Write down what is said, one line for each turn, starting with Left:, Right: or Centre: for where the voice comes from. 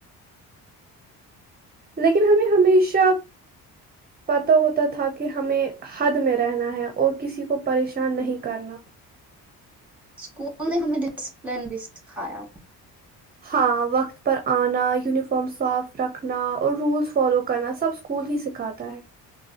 Right: لیکن ہمیں ہمیشہ پتا ہوتا تھا کہ ہمیں حد میں رہنا ہے اور کسی کو پریشان نہیں کرنا
Centre: اسکول نے ہمیں ڈسپلن بھی سکھایا
Right: ہاں وقت پر آنا یونیفارم صاف رکھنا اور رولس فالو کرنا سب اسکول ہی سکھاتا ہے